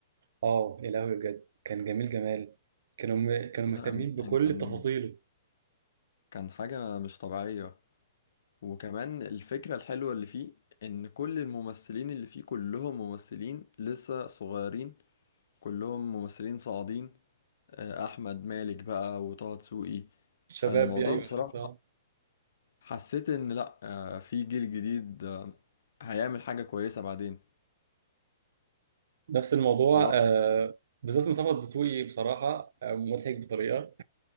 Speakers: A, on the right (about 60°); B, on the left (about 60°).
A: اه يا لهوي بجد كان جميل جمال كانوا م... كانوا
B: لا
A: مهتمين
B: يعني
A: بكل
B: كان
A: تفاصيله
B: كان حاجة مش طبيعية وكمان الفكرة الحلوة اللي فيه إن كل الممثلين اللي فيه كلهم ممثلين لسه صغيرين كلهم ممثلين صاعدين آه، احمد مالك بقى وطه دسوقي
A: الشباب
B: فالموضوع
A: دي أيوه
B: بصراحة
A: بصراحة.
B: حسيت ان لا آه، في جيل جديد آه، هيعمل حاجة كويسة بعدين
A: نفس الموضوع
B: هو
A: آه، بالذات مصطفى الدسوقي بصراحة آه، مضحك بطريقة